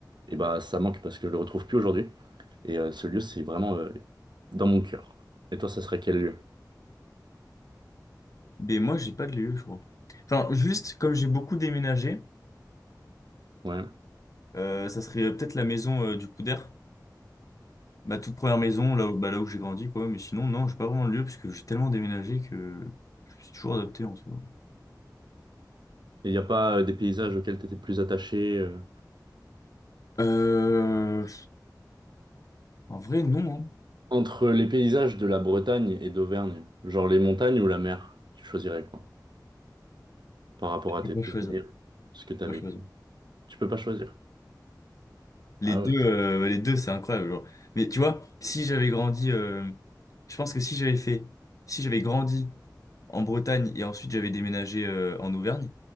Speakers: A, on the right; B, on the left.
A: Et bah ça manque parce que je le retrouve plus aujourd'hui. Et euh, ce lieu, c'est vraiment euh, dans mon cœur. Et toi, ça serait quel lieu?
B: Mais moi, j'ai pas de lieu, je crois. Enfin, juste, comme j'ai beaucoup déménagé,
A: Ouais.
B: euh, ça serait peut-être la maison euh, du coup d'air. Ma toute première maison, là où, bah, là où j'ai grandi, quoi. Mais sinon, non, j'ai pas vraiment de lieu, parce que j'ai tellement déménagé que je me suis toujours adapté en soi.
A: Et il n'y a pas euh, des paysages auxquels tu étais plus attaché euh,
B: Euh, en vrai, non, hein.
A: entre les paysages de la Bretagne et d'Auvergne, genre les montagnes ou la mer, tu choisirais quoi? Par rapport à
B: Je
A: tes
B: peux pas
A: souvenirs,
B: choisir. Je
A: ce que tu as vécu.
B: peux pas choisir.
A: Tu peux pas choisir.
B: Les
A: Ah
B: deux,
A: ouais.
B: euh, les deux, c'est incroyable. genre. Mais tu vois, si j'avais grandi, euh, je pense que si j'avais fait, si j'avais grandi en Bretagne et ensuite j'avais déménagé euh, en Auvergne,